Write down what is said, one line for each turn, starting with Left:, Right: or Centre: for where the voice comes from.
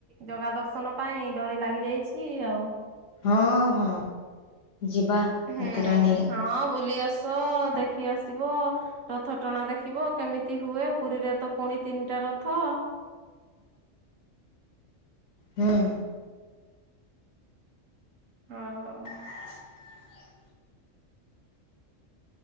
Right: ଜଗା ଦର୍ଶନ ପାଇଁ ଡୋରି ଲାଗି ଯାଇଛି ଆଉ।
Left: ହଁ ହଁ ଯିବା।
Right: ହୁଁ
Left: ଏଥର ନି
Right: ହଁ ବୁଲି ଆସ ଦେଖି ଆସିବ। ରଥ ଟଣା ଦେଖିବ କେମିତି ହୁଏ ପୁରୀରେ ତ ପୁଣି ତିନିଟା ରଥ।
Left: ହୁଁ।
Right: ଆଉ।
Left: <inaudible>